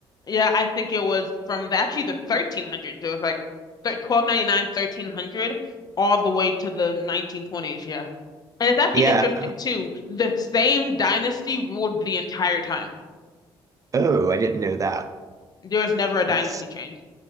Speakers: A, on the left; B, on the right.
A: Yeah, I think it was from the, actually the 1300s. It was like thir 1299, 1300, all the way to the 1920s. Yeah. And it's actually
B: Yeah.
A: interesting too. The same dynasty ruled the entire time.
B: Oh, I didn't know that.
A: There was never a dynasty
B: That's
A: change.